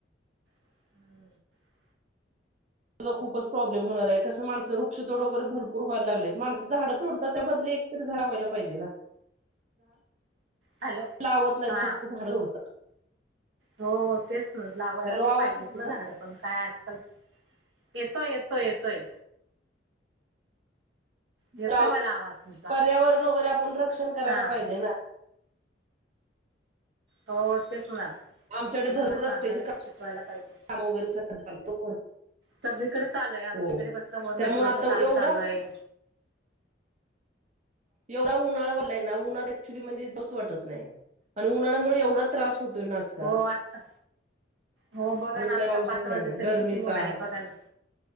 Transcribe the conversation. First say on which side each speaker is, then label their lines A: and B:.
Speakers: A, on the right (about 80°); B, on the right (about 40°).
A: हम्
B: त खूपच प्रॉब्लेम होणार आहे कसं माणसं वृक्षतोड वगैरे भरपूर व्हायला लागलेत माणसं झाडं तोडतात त्या बदली एक झाड लावायला पाहिजे ना
A: हॅलो
B: लावत नाहीत
A: हा
B: फक्त झाड उडत
A: हो तेच ना लावायला पण
B: आवाज
A: पाहिजेत
B: येतोय
A: ना झाडं पण काय आजकाल येतोय येतोय येतोय येतोय
B: जा
A: मला आवाज तुमचा
B: पर्यावरण वगैरे आपण रक्षण करायला
A: हा
B: पाहिजे ना
A: हो ते सुना
B: आमच्याकडे
A: मलांना
B: भरपूर
A: सांगायला
B: रस्त्याची
A: शिकवायला पाहिजे
B: काम वगैरे सगळं चालू भरपूर
A: सगळीकडे चालू आहे आमच्या
B: हो
A: इकडे बस समोर
B: त्यामुळे
A: मेट्रोचं
B: आता
A: काम
B: एवढा
A: चालू आहे
B: एवढा उन्हाळाला ना उन्हाळा ऍक्च्युली म्हणजेच वाटत नाही आणि उन्हाळ्यामुळे एवढा त्रास होतो ना आजकाल
A: हो आत्ता हो बघा
B: अजून
A: ना
B: काही
A: आता
B: पाऊस
A: पाच
B: नाही काही
A: वाजले
B: नाही
A: तरी
B: गरमीचा
A: किती ऊन आहे बघा ना